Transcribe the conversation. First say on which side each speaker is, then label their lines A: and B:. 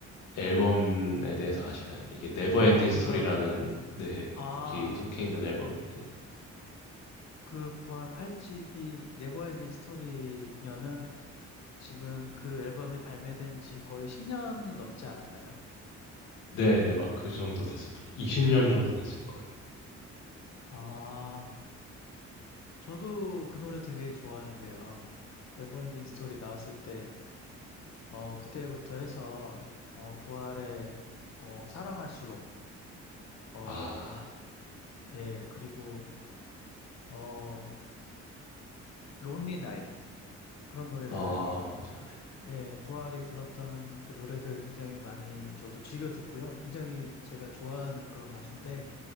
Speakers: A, on the left; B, on the left.
A: 앨범에 대해서 아시나요? 이게 네버엔딩
B: 아, 제가,
A: 스토리라는 네
B: 아,
A: 곡이 속해 있는 앨범인데
B: 그 부활 8집이 네버엔딩 스토리면은 지금 그 앨범이 발매된 지 거의 10년이 넘지 않았나요?
A: 네네 막 그 정도 됐을 20년 정도 됐을 거예요.
B: 아, 저도 그 노래 되게 좋아하는데요. 네버엔딩 스토리 나왔을 때, 어, 그때부터 해서, 어, 부활의, 어, 사랑할수록, 어,
A: 아,
B: 예, 그리고, 어, 론리 나잇, 그런 노래들,
A: 아 맞아.
B: 예, 부활이 불렀던 그 노래들 굉장히 많이 저도 즐겨 듣고요. 굉장히 제가 좋아하는 그런 가수인데,